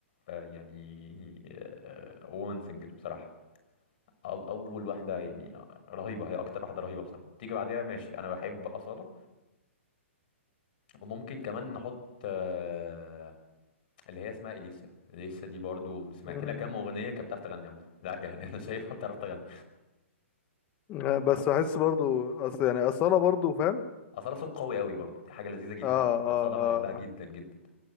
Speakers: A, on the left (about 45°); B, on the left (about 20°).
A: آه، يعني وومن سينجر بصراحه أو- اول واحده يعني آه، رهيبه هي اكتر واحده رهيبه بصراحه تيجي بعديها ماشي انا بحب اصاله وممكن كمان نحط آه، اللي هي اسمها اليسا اليسا دي برضو سمعت
B: امم
A: لها كام اغنيه كانت بتعرف تغني عامه لا يعني <laughs> انا شايفها بتعرف تغني
B: آه، بس احس برضو اصل يعني اصاله برضو فاهم
A: اصاله صوت قوي قوي برضو دي حاجه لذيذه جدا
B: اه اه
A: يعني اصاله بحبها جدا
B: اه
A: جدا